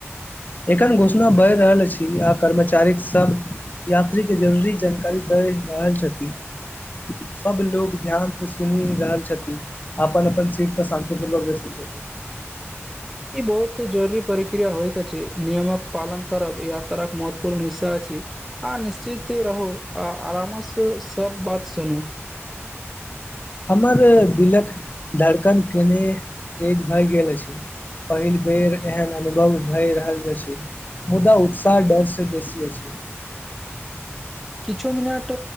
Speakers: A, on the left; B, in the centre.
A: एखन घोषणा बढ़ रहल अछी आ कर्मचारी सब यात्री के जल्दी जानकारी दय रहल छथिन सब लोग ध्यान से सुनि रहल छथिन अपनन अपन सीट पर शान्तिपूर्वक बैसल छथी
B: ई बहुत जरुरी परिक्रिया होइत छै नियमक पालन करब इह तर एक महत्वपूर्ण हिस्सा अ छै आ निश्चित रहू आ आरामसँ सब बात सुनू
A: हमर दिलक धड़कन केने तेज भए गेल अछि पहिल बेर एहन अनुभव भए रहल छै मुदा उत्साह डर से बेसी अछि
B: किछु मिनट